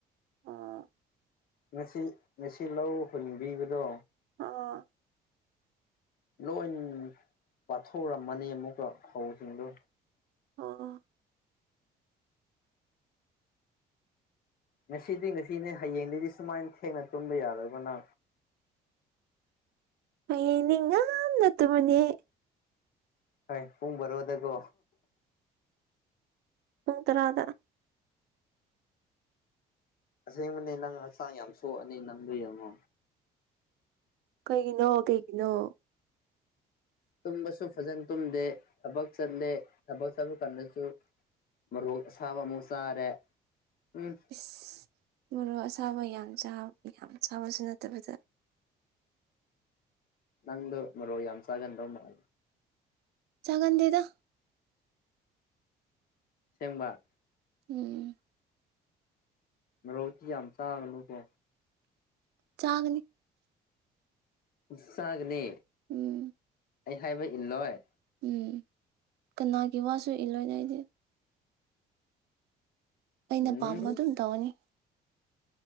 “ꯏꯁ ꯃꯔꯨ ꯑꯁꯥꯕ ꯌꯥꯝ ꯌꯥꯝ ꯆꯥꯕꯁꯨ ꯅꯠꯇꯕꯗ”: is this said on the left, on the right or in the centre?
Right